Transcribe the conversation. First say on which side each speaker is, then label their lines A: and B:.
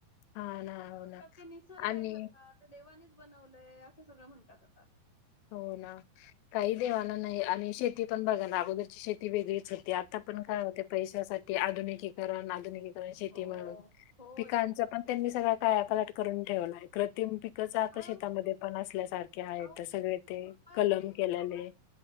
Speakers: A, on the left (about 80°); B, on the left (about 15°).
A: हा ना हो
B: आता
A: ना
B: ते निसर्ग
A: आणि
B: आहे सगळा ते देवानीच बनवलंय असं सगळं म्हणतात आता.
A: हो ना काही देवान नाही आणि शेती पण बघा ना अगोदरची शेती वेगळीच होती आ आता पण
B: हो
A: काय होते पैशासाठी आधुनिकी करण आधुनिक शेती
B: हो
A: म्हणून
B: होय
A: पिकांचा पण त्यांनी सगळा का यापालट करून ठेवलाय कृत्रिम पीक कस आता
B: हा
A: शेतामध्ये पण असल्यासारखे आहे
B: अहो
A: सगळे
B: फवारणी
A: ते
B: फवारणी
A: कलम केल्याने,
B: फवार